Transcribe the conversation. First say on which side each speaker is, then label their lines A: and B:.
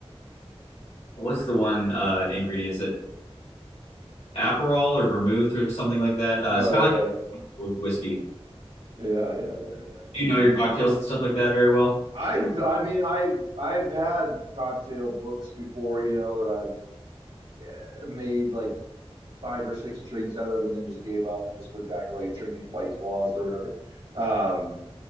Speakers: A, on the left; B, on the right.
A: what's the one uh, ingredient? Is it Aperol or vermouth or something like that? Uh,
B: oh
A: it's kind of like with whiskey.
B: yeah, yeah, yeah, yeah, yeah,
A: you
B: yeah.
A: know your cocktails and stuff like that very well?
B: I've, I mean, I've, I've had cocktail books before, you know, that I've eh, made like five or six drinks out of it and then just gave up and just went back to like drinking White Claws or whatever. Um,